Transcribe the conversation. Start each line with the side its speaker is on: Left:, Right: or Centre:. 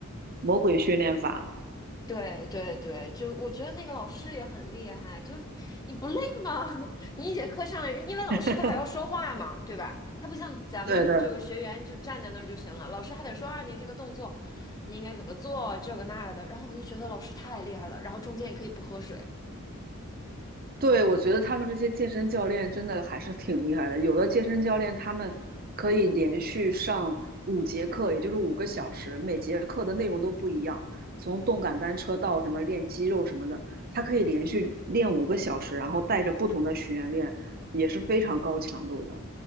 Right: 魔鬼训练法，
Left: 对对对，就我觉得那个老师也很厉害，就你不累吗？<laughs> 你一节课上来，因为老师他还要说话嘛，
Right: <laughs>
Left: 对吧？他不像咱们就学员就站在那儿就行了，
Right: 对对。
Left: 老师还得说啊，你这个动作你应该怎么做，这个那个的。然后我就觉得老师太厉害了，然后中间也可以不喝水。
Right: 对，我觉得他们这些健身教练真的还是挺厉害的。有的健身教练他们可以连续上五节课，也就是五个小时，每节课的内容都不一样，从动感单车到什么练肌肉什么的，
Left: 嗯
Right: 他可以连续练五个小时，然后带着不同的学员练，也是非常高强度的。